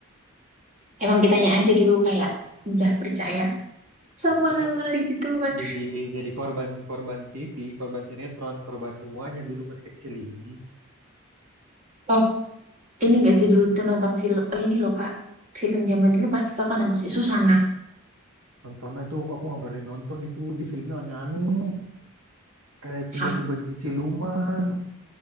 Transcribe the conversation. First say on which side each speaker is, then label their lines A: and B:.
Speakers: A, on the right; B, on the right.
A: Emang kitanya aja dulu kayak udah percaya sama
B: Ya kita
A: hal-hal
B: kan
A: gitu kan.
B: jadi jadi korban korban TV, korban sinetron, korban semuanya dulu masih kecil ini.
A: Oh, ini gak sih dulu tuh nonton film, oh ini loh Kak, film zaman dulu pasti Kakak nonton si Susana.
B: Nonton "Ah, itu aku aku nggak berani nonton itu di filmnya aneh-aneh. Kayak tiba-tiba
A: Hah,
B: jadi siluman,